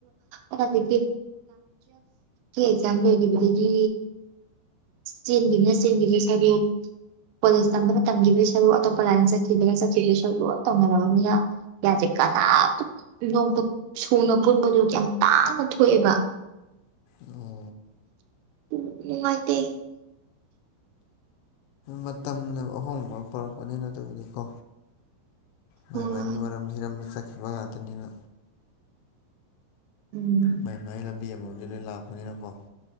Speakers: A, on the right; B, on the left.
A: ꯑꯁꯗꯒꯤꯝ ꯑꯦꯛꯖꯥꯝ ꯂꯩꯈꯤꯕꯗꯒꯤ ꯆꯦꯟꯒꯤꯅ ꯆꯦꯟꯒꯤ ꯄꯩꯁꯥꯕꯤ ꯀꯣꯂꯦꯖ ꯇꯝꯕꯅ ꯇꯝꯈꯤꯕꯩ ꯁꯔꯨ ꯑꯇꯣꯞꯄ ꯂꯥꯏꯅ ꯆꯠꯈꯤꯕꯅ ꯆꯠꯈꯤꯕꯩ ꯁꯔꯨ ꯇꯧꯅꯔꯕ ꯃꯤꯅ ꯌꯥꯖꯦ ꯀꯅꯥꯝꯇ ꯅꯣꯡꯇ ꯁꯨꯅ ꯄꯨꯟꯕꯗꯨ ꯌꯥꯝ ꯇꯥꯡꯅ ꯊꯣꯛꯑꯦꯕ
B: ꯑꯣ
A: ꯎ ꯅꯨꯡꯉꯥꯏꯇ
B: ꯃꯇꯝꯅ ꯑꯍꯣꯡꯕ ꯄꯔꯛꯄꯅꯤꯅ ꯑꯗꯨꯕꯨꯗꯤꯀꯣ ꯃꯥꯏ
A: ꯎꯝ
B: ꯃꯥꯏꯒꯤ ꯃꯔꯝ ꯍꯤꯔꯝꯗ ꯆꯠꯈꯤꯕ ꯉꯥꯛꯇꯅꯤꯅ
A: ꯎꯝ
B: ꯃꯥꯏ ꯃꯥꯏ ꯂꯝꯕꯤ ꯑꯃꯕꯨ ꯂꯣꯏ ꯂꯥꯛꯄꯅꯤꯅꯀꯣ